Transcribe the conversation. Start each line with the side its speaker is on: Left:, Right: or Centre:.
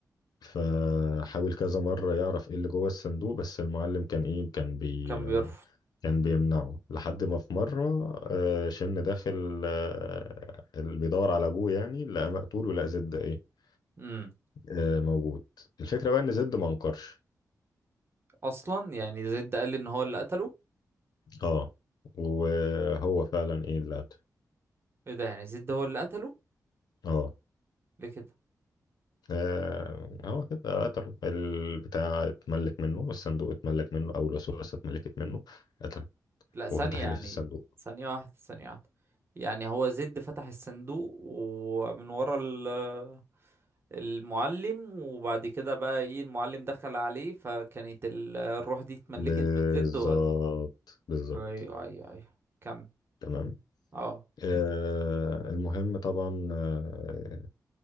Left: فحاول كذا مرة يعرف ايه اللي جوه الصندوق بس المعلم كان ايه كان بي
Right: كان بيرفض
Left: كان بيمنعه لحد ما في مرة آه، شن داخل آه، اللي بيدور على ابوه يعني لقى مقتول ولقى زد ايه
Right: امم
Left: آه، موجود الفكرة بقى ان زد ما انكرش
Right: اصلا يعني زد قال لي ان هو اللي قتله
Left: اه وهو فعلا ايه اللي قتله.
Right: ايه ده يعني زد هو اللي قتله
Left: اه
Right: ليه كده
Left: آه، هو كده قتله البتاع اتملك منه والصندوق اتملك منه او الوسوسة اتملكت منه قتله
Right: لا ثانية
Left: وفتح
Right: يعني
Left: اللي في الصندوق
Right: ثانية واحدة ثانية واحدة يعني هو زد فتح الصندوق ومن ورا ال المعلم وبعد كده بقى ايه المعلم دخل عليه فكانت ال- الروح دي اتملكت
Left: بالظبط
Right: من زد وقت
Left: بالظبط
Right: ايوه ايوه ايوه كم
Left: تمام
Right: اه
Left: آه المهم طبعا آه